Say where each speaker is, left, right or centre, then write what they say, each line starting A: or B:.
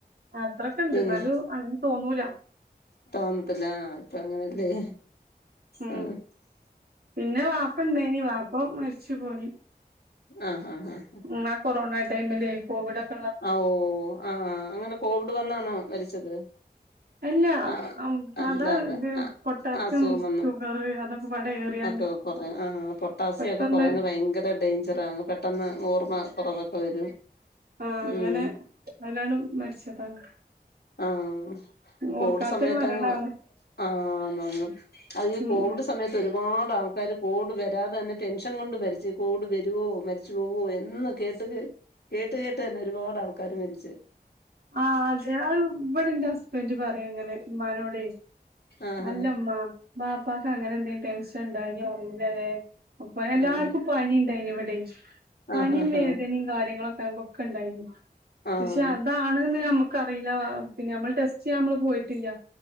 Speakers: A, on the right; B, on the left.
A: അ, അത്രൊക്കണ്ട്.
B: പിന്നെ
A: ന്നാലും അങ്ങനെ തോന്നൂല്ല.
B: തോന്നത്തില്ല. ആ. ഇപ്പ അങ്ങനെയല്ലേ?
A: ഉം,
B: ആ
A: പിന്നെ വാപ്പ ഇണ്ടായിനി. വാപ്പ മരിച്ചു പോയി.
B: ആഹ ഹാആ. ഹാ ആ.
A: ഉം കൊറോണ ടൈമില് കോവി് <unintelligible>
B: ആഓ, ആഹ് അങ്ങനെ കോവിഡ് വന്നാണോ മരിച്ചത്?
A: അല്ല,
B: ആ
A: സാധാ
B: അല്ലാതെ
A: ഇത്
B: ആ
A: പൊട്ടാസ്യം
B: അസുഖം വന്ന്
A: ഷുഗർ അതൊക്കെ <inaudible> ഏറിയാണ്ട്
B: ഒക്കെ കുറ ആ പൊട്ടാസിയം
A: പെട്ടെന്ന്
B: ഒക്കെ കുറയുന്നത് ഭയങ്കര ഡേയ്ഞ്ചറ. ആ പെട്ടെന്ന് ഓർമ്മ കുറവ്. വരും.
A: ആഹ. അങ്ങനെ
B: ഉം
A: അയ്ലണ്ട് മരിച്ചതാണ്.
B: ആഹ, അപ്പോ
A: ഓർക്കാത്തൊരു
B: ഓട സമയത്തങ്ങ്.
A: മരണാണ്
B: <inaudible> ആ ആ. അത് ഈ
A: ഉം
B: കോവിഡ്
A: ഉം
B: സമയത്ത് ഒരുപാട് <unintelligible> ആൾക്കാർ കോട് വരാതെ തന്നെ ടെൻഷൻ കൊണ്ട് മരിച്ച്. കോട് വരോ മരിച്ചു പോവോഎന്ന് കേട്ട് കേ. കേട്ട് കേട്ടു തന്നെ ഒരുപാട് ആൾക്കാാര് മരിച്ചേ.
A: ആ അതെ ഇവടെ ന്റെ ഹസ്ബൻഡ് പറയും അങ്ങനെ. ഇമ്മാനോടെ
B: ആഹ്
A: അല്ലമ്മ. ബാപ്പാക്ക് അങ്ങനെ എന്തെും ടെൻഷൻ ണ്ടായിനോ അറില്ലല്ലെ? അപ്പൊ. എല്ലാർക്കും
B: ആഹ്
A: പനി ണ്ടായിനി ഇബടെ. പനിം
B: ആഹ്
A: വേദനിം
B: ആഹ്
A: കാര്യങ്ങളൊ <unintelligible> ക്കെ ഉണ്ടായിനി.
B: ആഹ്
A: പക്ഷെ അതാണ്ന്ന് നമ്മുക്കറില്ലാ പിന്നെ നമ്മള് ടെസ്റ്റ് ചെയ്യാൻ നമ്മള് പോയിട്ടില്ല.